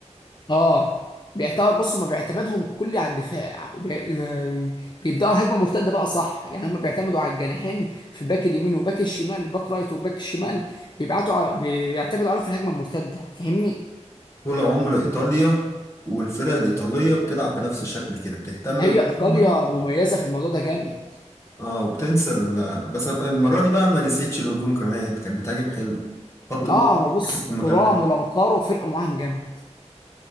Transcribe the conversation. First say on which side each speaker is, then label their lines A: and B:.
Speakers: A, on the left; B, on the left.
A: اه بيعتبر بص هما بيعتمدهم كلي على الدفاع وبي... آه، بيبداوا هجمه مرتده بقى صح يعني هما بيعتمدوا على الجناحين في باك اليمين وباك الشمال باك رايت وباك الشمال بيبعتوا ع... بيعتمدوا عليهم في الهجمه المرتده فاهمني
B: طول عمر إيطاليا والفرق الإيطالية بتلعب بنفس الشكل كده بتهتم
A: هي ايطاليا
B: بدفاعها
A: مميزه في الموضوع ده جامد
B: اه وبتنسى ال- بس المرة دي بقى ما نسيتش الهجوم كمان كانت بتهاجم حلو خط الوسط
A: اه هو بص
B: كان
A: ترام
B: متمركز
A: ولوتارو فرقوا معاهم جامد